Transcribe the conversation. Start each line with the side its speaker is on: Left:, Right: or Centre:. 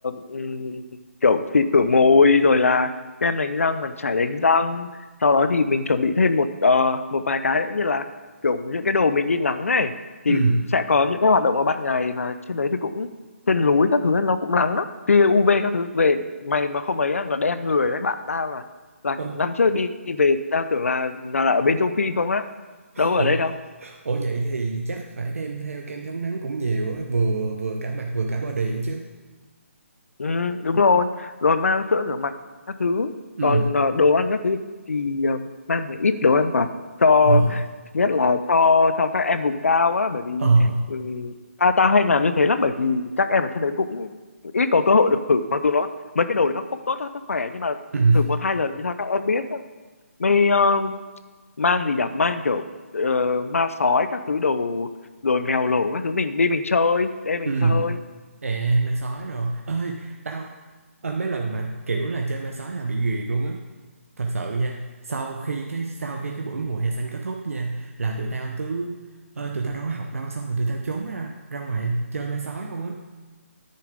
Left: ừm, kiểu xịt khử môi rồi là kem đánh răng màn chải đánh răng sau đó thì mình chuẩn bị thêm một ờ, một vài cái nữa như là kiểu những cái đồ mình đi nắng này
Right: ừ
Left: thì sẽ có những cái hoạt động ở ban ngày mà trên đấy thì cũng trên núi các thứ nó cũng nắng lắm tia UV các thứ về mày mà không ấy á, là đen người đấy bạn tao là là
Right: Ơ,
Left: năm trước đi đi về tao tưởng là là, là ở bên châu Phi không á đâu ở
Right: ủa
Left: đây đâu
Right: ủa vậy thì chắc phải đem theo kem chống nắng cũng nhiều á vừa vừa cả mặt vừa cả body chứ
Left: ừ, đúng rồi rồi mang sữa rửa mặt các thứ
Right: ừ
Left: còn ờ, đồ ăn các thứ thì ờ, mang một ít đồ ăn vào cho
Right: ờ
Left: thứ nhất là cho cho các em vùng cao á bởi vì
Right: ờ
Left: ừ, ta ta hay làm như thế lắm bởi vì các em ở trên đấy cũng ít có cơ hội được thử mặc dù nó mấy cái đồ đấy nó không tốt cho sức khỏe nhưng mà
Right: ừ
Left: thử một hai lần thì sao các em biết á. mới ờ, mang gì nhỉ mang kiểu ờ, ma sói các thứ đồ rồi mèo lổ các thứ mình đi mình chơi đây mình
Right: ừ
Left: chơi
Right: ê ma sói rồi ơi tao ơi mấy lần mà kiểu là chơi ma sói là bị ghiền luôn á thật sự nha sau khi cái sau khi cái buổi mùa hè xanh kết thúc nha là tụi tao cứ ơi tụi tao đâu có học đâu xong rồi tụi tao trốn ra ra ngoài chơi ma sói không á